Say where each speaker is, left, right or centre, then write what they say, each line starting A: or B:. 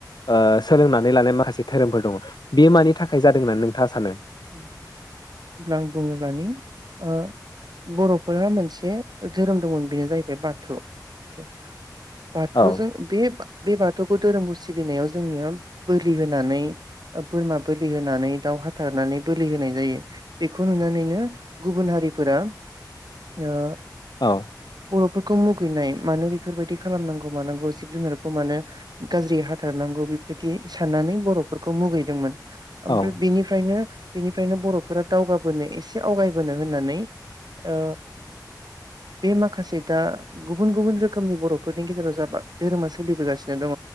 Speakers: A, on the left; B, on the right.
A: ओ सोलोंनानै लानाय माखासे धोरोमफोर दङ बेयो मानि थाखाय जादों होननानै नोंथाङा सानो?
B: उम्म होब्ला आं बुङोब्लानो ओ बर'फोरा मोनसे धोरोम दंमोन बेनो जाहैबाय बाथौ अके । बाथौजों
A: औ
B: बे बे बाथौखौ धोरोमखौ सिबिनायाव जोंनियाव बोलि होनानै बोरमा बोलि होनानै दाउ हाथार थारनानै बोलि होनाय जायो बेखौ नुनानैनो गुबुन हारिफोरा ओ
A: औ
B: बर'फोरखौ मुगैनाय मानो बेफोरबायदि खालामनांगौ मानांगौ जिब जुनारखौ मानो गाज्रि हाथारनांगौ बेबायदि साननानै बर'फोरखौ मुगैदोंमोन ।
A: औ
B: ओमफ्राय बिनि ओ बेनिफ्रायनो बर'फोरा दावगाबोनो एसे आवगायबोनो होननानै ओ बे माखासे दा गुबुन गुबुन रोखोमनि बर'फोरनि गेजेराव जाबा धोरोमा सोलिबोगासिनो दङ